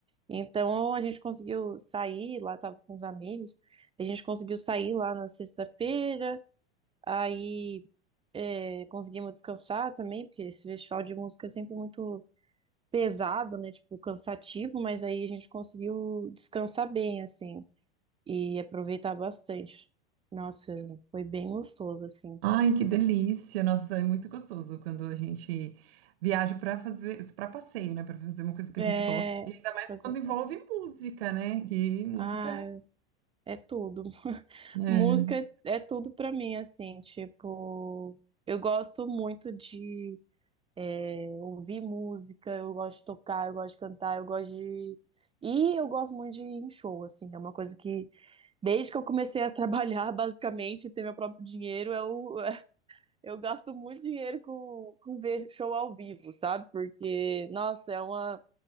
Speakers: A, on the right; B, on the right.
A: Então a gente conseguiu sair lá, tava com os amigos, a gente conseguiu sair lá na sexta-feira, aí é, conseguimos descansar também, porque esse festival de música é sempre muito pesado, né? Tipo, cansativo, mas aí a gente conseguiu descansar bem, assim, e aproveitar bastante. Nossa, foi bem gostoso, assim.
B: Ai, que delícia! Nossa, é muito gostoso quando a gente viaja para fazer, para passeio, né, para fazer uma coisa que
A: É,
B: a gente gosta. E ainda mais
A: assim,
B: quando envolve música, né? Que música,
A: ah, é tudo. <laughs>
B: né?
A: Música é tudo pra mim, assim, tipo, eu gosto muito de Eu ouvi música, eu gosto de tocar, eu gosto de cantar, eu gosto de. E eu gosto muito de ir em show, assim. É uma coisa que, desde que eu comecei a trabalhar, <laughs> basicamente, ter meu próprio dinheiro, eu, <laughs> eu gasto muito dinheiro com, com ver show ao vivo, sabe? Porque, nossa, é uma,